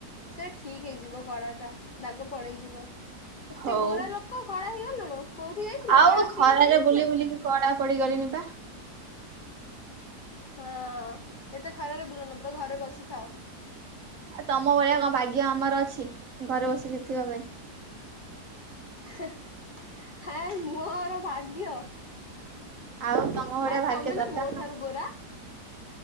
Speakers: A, on the left (about 60°); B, on the right (about 55°).
A: ସେ ଠିକ୍ ହେଇଯିବ କଳାଟା। ଦାଗ ପଳେଇ ଯିବ। ଏତେ
B: ହଉ
A: ଗୋରା ଲୋକ କଳା ହେଇଗଲୁଣୁ। କୋଉଠି ଯାଇଥିଲ
B: ଆଉ
A: କି ଆଫ୍ରିକା
B: ଖରାରେ
A: ପଳେଇ ଯାଇଥିଲ
B: ବୁଲି ବୁଲିକି
A: କି?
B: କଳା ପଡ଼ିଗଲିଣି ବା।
A: ହଁ, ଏତେ ଖରାରେ ବୁଲନା। ପୁରା ଘରେ ବସି ଥାଅ।
B: ଆଉ ତମ ଭଳିଆ କଣ ଭାଗ୍ୟ ଆମର ଅଛି? ଘରେ ବସିକି ଥିବା ପାଇଁ।
A: ହେ। ହେଇ ମୋର ଭାଗ୍ୟ।
B: ଆଉ ତମ ଭଳିଆ
A: ହେ
B: ଭାଗ୍ୟ
A: ତମେ
B: ଦରକାର
A: ନା ମୋ ଠାରୁ ଗୋରା।